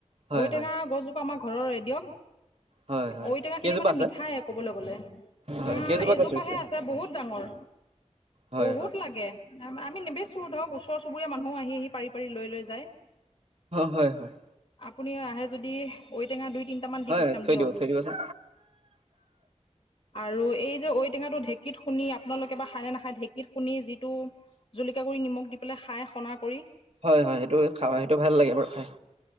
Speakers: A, on the right; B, on the left.
A: হয়,
B: ঐটেঙা
A: হয়,
B: গছজোপা আমাৰ ঘৰৰে দিয়ক।
A: হয়, হয়,
B: ঐটেঙা
A: কেইজোপা
B: খিনি মানে
A: আছে?
B: মিঠাই ক'বলৈ গ'লে।
A: হয়,
B: উ
A: কেইজোপা
B: এজোপাহে
A: গছ ৰুইছে?
B: আছে। বহুত ডাঙৰ
A: হয়,
B: বহুত
A: হয়,
B: লাগে। আমি নেবেচো ধৰক ওচৰ চুবুৰীয়া মানুহ আহি আহি পাৰি পাৰি লৈ লৈ যায়।
A: হয় হয়
B: আপুনি আহে যদি ঔটেঙা দুই তিনিটামান
A: হয়,
B: দি পঠিয়াম
A: হয়, থৈ
B: দিয়ক
A: দিব, থৈ দিবচোন।
B: আৰু এই যে ঔ টেঙাটো ঢেক ঢেঁকীত খুনি আপোনালোকে বা খায় নে নাখায়? ঢেঁকীত খুনি যিটো জুলক গুড়ি নিমখ দি পেলাই খাই সনা কৰি
A: হয় হয় সেইটো খাওঁ সেইটো ভাল লাগে বাৰু খায়।